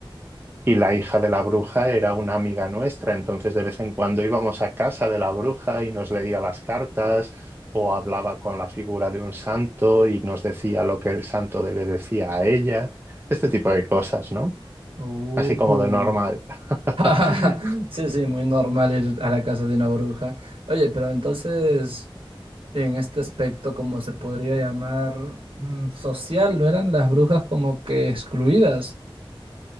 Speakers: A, on the right (about 25°); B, on the right (about 65°).
A: y la hija de la bruja era una amiga nuestra, entonces de vez en cuando íbamos a casa de la bruja y nos leía las cartas o hablaba con la figura de un santo y nos decía lo que el santo de- le decía a ella, este tipo de cosas, ¿no?
B: Uy.
A: Así como de normal. <laughs>
B: <laughs> Sí, sí, muy normal ir a la casa de una bruja. Oye, pero entonces, en este aspecto, como se podría llamar mm, social, ¿no eran las brujas como que excluidas?